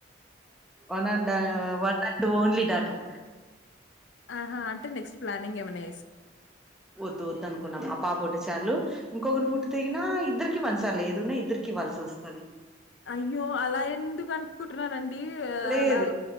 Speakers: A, in the centre; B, on the left (about 70°).
A: one and one and only daughter
B: ఆహా అంటే నెక్స్ట్ ప్లానింగ్ ఏమన్నా
A: వద్దు వద్ అనుకున్నాం ఆ పాప ఒకటి చాలు ఇంకొకరు పుట్టి తేగినా ఇద్దరికి పంచాలి ఏదున్నా ఇద్దరికి ఇవ్వాల్సి వస్తది
B: అయ్యో అలా ఎందుకు అనుకుంటున్నారు అండి డి
A: లేదు
B: అలా